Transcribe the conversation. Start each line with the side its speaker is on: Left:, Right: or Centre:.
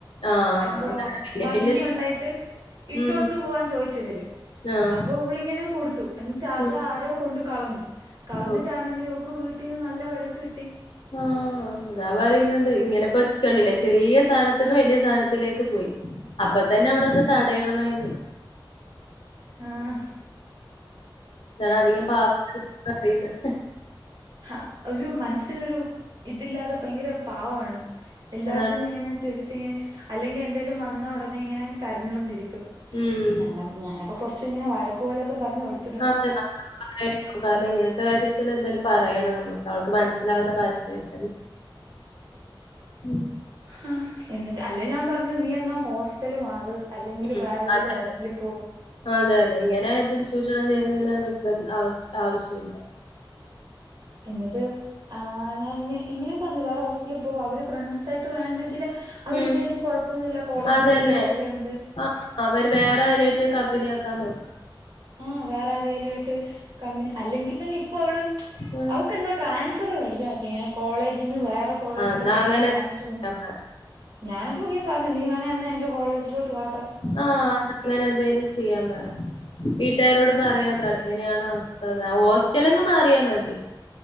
Left: ആഹ്
Right: എന്തോ
Left: അതാണ് വല്യ
Right: ഭംഗിയുണ്ടായിട്ട്
Left: വല്യ
Right: ഇട്ടൊണ്ട്
Left: ഉം
Right: പോവാൻ ചോയ്ച്ചി വര്
Left: ആഹ്
Right: അപ്പൊ അവളിങ്ങനെ കൊടുത്തു എന്നിട്ട് അത്
Left: ഉം
Right: ആരോ കൊണ്ട് കളഞ്ഞു കളഞ്ഞിട്ട്
Left: ഓ
Right: ആണെങ്കിൽ ഇവക്ക് വീട്ടീന്ന് നല്ല വഴക്ക് കിട്ടി
Left: ആഹ് അതാ പറയുന്നത് ഇങ്ങനെ പ്പൊ കണ്ടിലെ ചെറിയ സാനത്ത്ന്ന് വല്യ സാനത്തിലേക്ക് പോയി അപ്പ തന്നവളത്
Right: ഉം
Left: തടയണമായിരുന്നു
Right: ആഹ്
Left: താണ് അധികം പാവം <inaudible> പറയുന്നേ
Right: ആഹ് ഒരു മനസ്സിനൊരു ഇതില്ലാതെ ഭയങ്കര പാവ ആണ് എല്ലാത്തിനും
Left: അതാണ്
Right: ഇങ്ങനെ ചിരിച്ചിങ്ങനെ അല്ലെങ്കി എന്തേലും വന്ന ഉടനെ ഇങ്ങനെ കരഞ്ഞോണ്ടിരിക്കും.
Left: ഉം
Right: ഞാന ഞാനപ്പോ കൊറച്ചിങ്ങനെ വഴക്ക്പോലൊക്കെ പർഞ്ഞ്കൊടു
Left: ആഹ് അതെ നല്ല പറെ <unintelligible> കാരണം ഇങ്ങൻത്ത കാര്യത്തിൽ എന്തായാലും പറയണം നമ്മക്ക് അവൾക്ക് മനസ്സിലാവുന്ന ഭാഷയിൽ തന്നെ ഉം
Right: ഹാഹ് എന്നിട്ട് അല്ലേ ഞാൻ പറഞ്ഞു നീ എന്നാ ഹോസ്റ്റല് മാറ് അല്ലെങ്കില്
Left: ഉം
Right: വേറേതേലും
Left: അതെ
Right: ഹോസ്റ്റലി പോ
Left: അതെ അതെ, ഇങ്ങനെ തും ചൂഷണം ചെയ്യുന്നങ്ങനെ നിൽക്ക അവസ് ആവിശ്യവില്ല
Right: എന്നിട്ട് ആഹ് ഞാനിങ്ങനെ ഇങ്ങനെയും പറഞ്ഞു വേറെ ഹോസ്റ്റലിൽ പോ അവര് ഫ്രണ്ട്സായിട്ട് വേണ്ടെങ്കില് അവരില്ലേലും
Left: ഉം
Right: കൊഴപ്പൊന്നുല്ല കോളേജിലെത്രയോ
Left: അതന്നെ
Right: പേരുണ്ട്
Left: ആഹ് അവര് വേറെ ആരായിട്ട് കമ്പനിയാക്കാൻ നോക്
Right: ആഹ് വേറെ ആരേലും ആയിട്ട് കമ്പനി അല്ലെങ്കിൽ തന്നെ ഇപ്പൊ അവള്
Left: ഉം
Right: അവക്കെന്തോ ട്രാൻസ്ഫർ മേടിക്കാൻ പറ്റും ഇങ്ങനെ കോളേജിൽന്ന് വേറെ കോളേജിലോട്ടിങ്ങനെ
Left: എന്നാ അങ്ങനെ
Right: ട്രാൻഫർ
Left: <unintelligible>
Right: ഞാനപ്പം ഇങ്ങന പറഞ്ഞു നീ വേണെ എന്നാ എന്റെ കോളേജിലോട്ട് വ
Left: ആഹ് അതങ്ങനെന്തേലും ചെയ്യാം പറയ്. വീട്ടുകാരോട്
Right: അപ്പൊ
Left: പറയാം പറയ് ങ്ങനെയാണ് അവസ്ഥന്ന് ഹോസ്റ്റലങ് മാറിയാൽ മതി